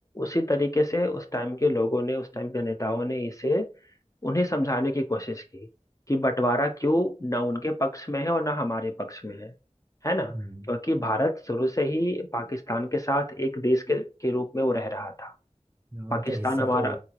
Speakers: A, on the left (about 30°); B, on the right (about 20°).
A: उसी तरीके से उस टाइम के लोगों ने उस टाइम के नेताओं ने इसे उन्हें समझाने की कोशिश की कि बंटवारा क्यों ना उनके पक्ष में है और ना हमारे पक्ष में है है ना
B: हम्म,
A: क्योंकि भारत शुरू से ही पाकिस्तान के साथ एक देश के, के रूप में वो रह रहा था
B: हाँ,
A: पाकिस्तान
B: मतलब हिस्सा
A: हमारा
B: तो